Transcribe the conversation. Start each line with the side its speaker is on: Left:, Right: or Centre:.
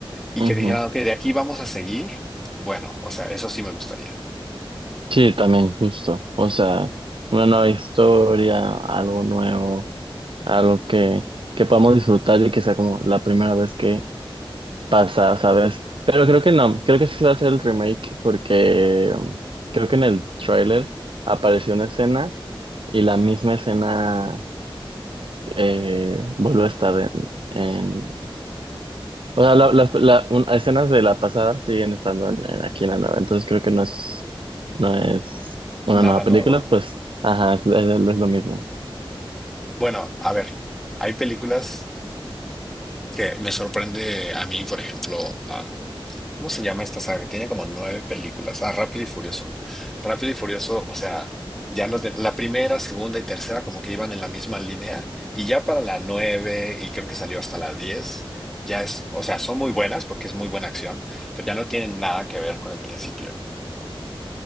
Centre: Y
Right: ujú.
Centre: que dijeran, ok, de aquí vamos a seguir. Bueno, o sea, eso sí me gustaría.
Right: Sí, también, justo. O sea, una nueva historia, algo nuevo, algo que, que podamos disfrutar y que sea como la primera vez que pasar, ¿sabes? Pero creo que no, creo que sí va a ser el remake porque um, creo que en el tráiler apareció una escena y la misma escena eh, vuelve a estar en, en- O sea, la- las la- un- escenas de la pasada siguen estando en- en- aquí en la nueva, entonces creo que no es, no es una
Centre: Nada
Right: nueva
Centre: nuevo.
Right: película, pues, ajá, es, es- es lo mismo.
Centre: Bueno, a ver, hay películas Que me sorprende a mí, por ejemplo, am, ¿cómo se llama esta saga? Tiene como nueve películas. Ah, Rápido y Furioso. Rápido y Furioso, o sea, ya no te- la primera, segunda y tercera como que iban en la misma línea y ya para la nueve y creo que salió hasta la diez, ya es, o sea, son muy buenas porque es muy buena acción, pero ya no tienen nada que ver con el principio.